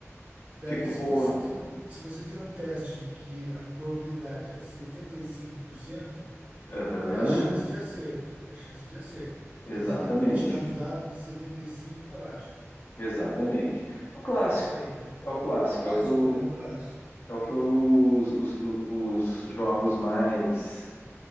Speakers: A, on the right; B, on the left.
A: Daí,
B: Ficou
A: se
B: boa.
A: você tem um, se você tem um teste que a probabilidade é 75%,
B: Aham.
A: é a chance de acerto. É a chance de acerto.
B: Exatamente.
A: Então, você tem que tirar nos dados de 75 para baixo.
B: Exatamente. É o clássico.
A: É isso aí, né?
B: É o clássico.
A: Clássico,
B: É o que, eu,
A: né? O clássico.
B: é o que eu- os, os, os jogos mais